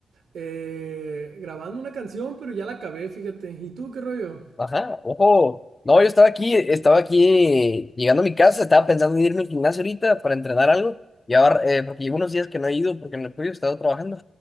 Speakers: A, on the right (about 85°); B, on the left (about 25°).
A: eh, grabando una canción, pero ya la acabé, fíjate. ¿Y tú qué rollo?
B: Ajá, ojo. No, yo estaba aquí, estaba aquí llegando a mi casa, estaba pensando en irme al gimnasio ahorita para entrenar algo. Y ahora, eh, porque llevo unos días que no he ido porque en el tuyo he estado trabajando.